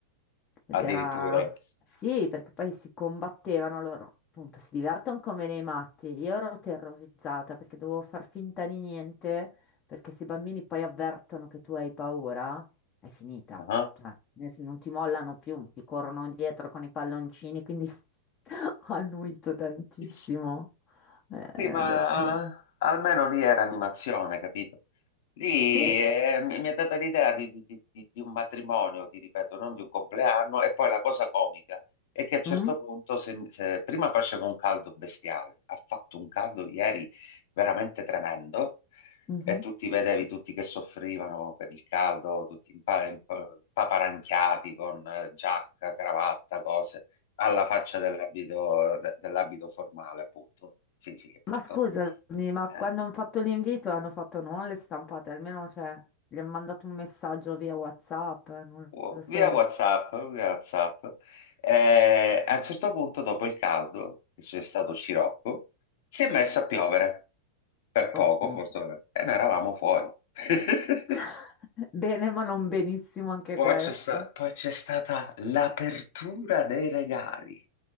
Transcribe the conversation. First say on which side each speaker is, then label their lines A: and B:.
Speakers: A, on the left; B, on the left.
A: Ed
B: Addirittura.
A: era... Sì, perché poi si combattevano loro, appunto, si divertono come nei matti. Io ero terrorizzata perché dovevo far finta di niente, perché se i bambini poi avvertono che tu hai paura, è finita.
B: Ah,
A: Cioè, nel sen- non ti mollano più, ti corrono dietro con i palloncini, quindi <laughs> ho annuito tantissimo.
B: Sì.
A: Eh,
B: Sì, ma
A: ho detto-
B: eh, almeno lì era animazione, capito? Lì
A: Sì.
B: eh, mi mi è data l'idea di, di- di- di- di un matrimonio, ti ripeto, non di un compleanno. E poi la cosa comica è che a un certo
A: Mm?
B: punto, se, se prima faceva un caldo bestiale, ha fatto un caldo ieri veramente tremendo,
A: Mhm.
B: e tutti vedevi tutti che soffrivano per il caldo, tutti impa- impa- paparanchiati con eh, giacca, cravatta, cose alla faccia dell'abito de- dell'abito formale, appunto. Sì, sì, appunto.
A: Ma scusami, ma
B: Eh,
A: quando hanno fatto l'invito hanno fatto non le stampate, almeno cioè, gli hanno mandato un messaggio via WhatsApp, non
B: oh,
A: lo so.
B: Via WhatsApp, via WhatsApp. Eh, a un certo punto, dopo il caldo, che c'è stato scirocco, si è messo a piovere. Per poco,
A: Oh, oh.
B: fortunatamente. E noi eravamo fuori. <laughs>
A: <laughs> Bene, ma non benissimo anche
B: Poi
A: questa.
B: c'è sta- poi c'è stata l'apertura dei regali.